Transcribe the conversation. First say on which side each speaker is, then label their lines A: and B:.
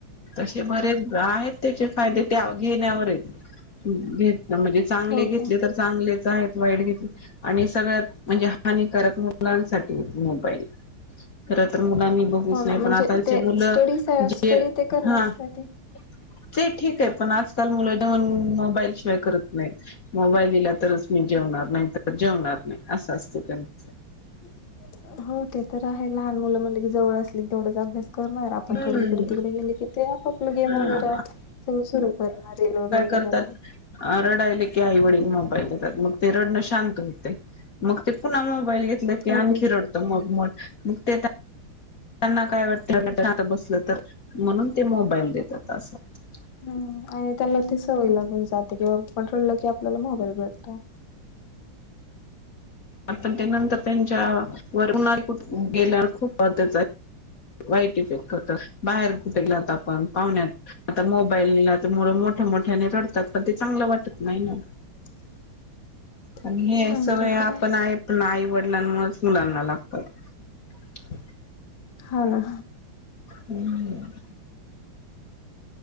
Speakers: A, on the left; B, on the left.
A: तसे बरेच आहेत त्याचे फायदे त्या घेण्यावरच <inaudible> घेतलं म्हणजे चांगले
B: ओके
A: घेतले तर चांगलेच आहेत वाईट घेतली आणि सगळ्यात म्हणजे हानिकारक मुलांसाठी <inaudible> खर मुलांनी बघच
B: हो
A: नाही
B: ना म्हणजे
A: पण आता
B: ते
A: त्या मुलं
B: स्टडी
A: जे
B: स्टडी ते करण्यासाठी
A: हा <inaudible> ते ठीक आहे पण आजकाल मुलं जाेऊन मोबाईलशिवाय करत नाहीत मोबाईल दिला तरच म्हणजे जेवणार नाही तर जेवणार नाही असं असत त्यांचं <inaudible>
B: <inaudible> ह हो ते तर आहे लहान मुलं म्हणलं की जवळ असली तेवढाच अभ्यास करणार आपण
A: हम्म
B: थोडी इकडे तिकडे गेले की ते आप आप गेम
A: हा
B: वगैरे सगळ सुरु करणार वगैरे बघायला
A: <inaudible> ातड आई वडील मोबाईल दातग ते रड शांत होते <inaudible> मग ते पुन्हा मोईल घ की
B: ओके
A: आणखी रडत मग म मग ते <inaudible> त्यांना काय वाटत बसलं तर म्हणून ते मोबाईल देतात असत.
B: हम्म आणि त्याला ती सवय लागून जाते कि बा पण कळलं की आपल्याला मोबाईल भेटतो.
A: पण त्यानंतर त्यांच्या वर उळ गेल्यावर खूप मदच आहे. वाईट इफेक्ट होत बाहेर कुठेलात आपण पाहण्यात आता मोबाईलला तर मु मोठ्या मोठ्याने रडतात पण ते चांगलं वाटत नाही ना.
B: <inaudible>
A: आणि हे सगळे
B: ते
A: आपण
B: तर
A: आहे प आईवड. डलांमुळेच मुलांना लागतात.
B: हा ना.
A: हम्म.